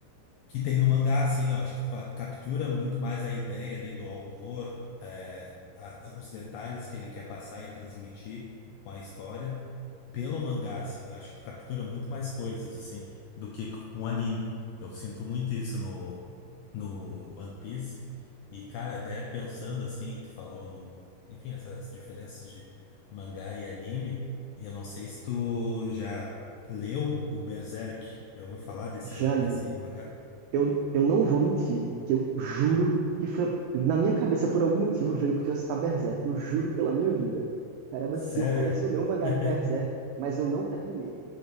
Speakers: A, on the left (about 85°); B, on the right (about 80°).
A: que tem no mangá, assim, eu acho que ca- captura muito mais a ideia ali do autor, é, a- os detalhes que ele quer passar e transmitir com a história pelo mangá, assim, eu acho que tu captura muito mais coisas, assim, do que com o anime. Eu sinto muito isso no, no One Piece. E, cara, até pensando assim, tu falou do, enfim, essas diferenças de mangá e anime, e eu não sei se tu já leu o Berserk, já ouviu falar desse,
B: Já li
A: desse mangá?
B: Eu, eu não vou mentir, que eu juro que foi. Na minha cabeça, por algum motivo, veio que eu tinha citado Berserk. Eu juro pela minha vida. Caramba,
A: Sério,
B: sim, eu colecionei o mangá
A: cara?
B: de Berserk, mas eu não terminei.